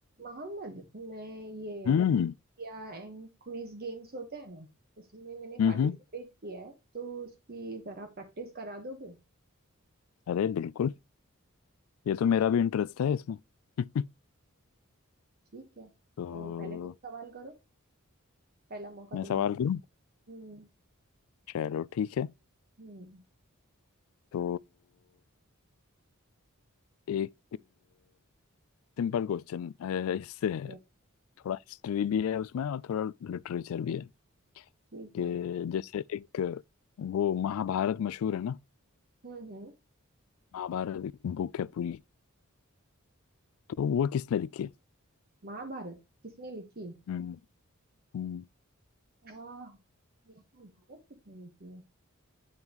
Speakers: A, on the right; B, on the left.
A: मोहम्मद मैं ये
B: हम्म
A: trivia and quiz games होते हैं ना उसमें मैंने
B: हम्म
A: पार्टिसिपेट किया है तो उसकी जरा प्रैक्टिस करा दोगे
B: अरे बिल्कुल ये तो मेरा भी इंटरेस्ट है इसमें <laughs>
A: ठीक है तो
B: तो
A: पहले तुम सवाल करो पहला मौका
B: मैं
A: तुम्हें
B: सवाल
A: दो
B: करूं
A: हम्म
B: चलो ठीक है
A: हम्म
B: तो एक सिंपल क्वेश्चन इससे है
A: ये,
B: थोड़ा हिस्ट्री भी है उसमें और थोड़ा लिटरेचर भी है
A: ठीक
B: कि
A: है
B: जैसे एक अ, वो महाभारत मशहूर है ना
A: हम्म हम्म
B: महाभारत एक बुक है पूरी तो वो किसने लिखी है
A: महाभारत किसने लिखी
B: हम्म हम्म
A: वाह महाभारत किसने लिखी है